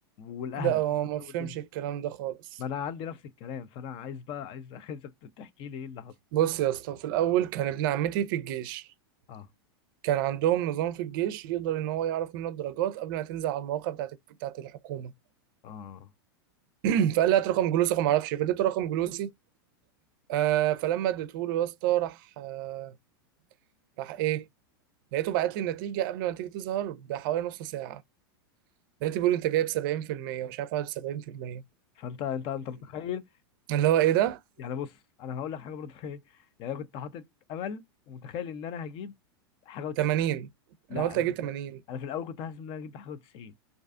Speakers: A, on the left; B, on the right.
A: ولاهلك
B: ده هو
A: وصلت
B: ما
A: لهم
B: فهمش
A: الدنيا
B: الكلام ده خالص
A: ما انا عندي نفس الكلام فانا عايز بقى عايز <laughs> عايزك تحكي لي ايه اللي حصل
B: بص يا اسطى في الاول كان ابن عمتي في الجيش
A: اه
B: كان عندهم نظام في الجيش يقدر ان هو يعرف منه الدرجات قبل ما تنزل على المواقع بتاعت بتاعت الحكومه
A: اه
B: <clears throat> فقال لي هات رقم جلوسك وما اعرفش إيه. فاديته رقم جلوسي آه فلما اديته له يا اسطى راح آه راح ايه لقيته بعت لي النتيجه قبل ما النتيجه تظهر بحوالي نص ساعه لقيته بيقول انت جايب 70% ومش عارف 71%
A: فانت انت انت متخيل
B: اللي هو ايه ده
A: يعني بص انا هقول لك حاجه برضه <laughs> ايه يعني انا كنت حاطط امل ومتخيل ان انا هجيب حاجه و90
B: 80
A: لا
B: انا قلت
A: انا
B: اجيب
A: كنت
B: 80
A: انا في الاول كنت حاسس ان انا هجيب حاجه و90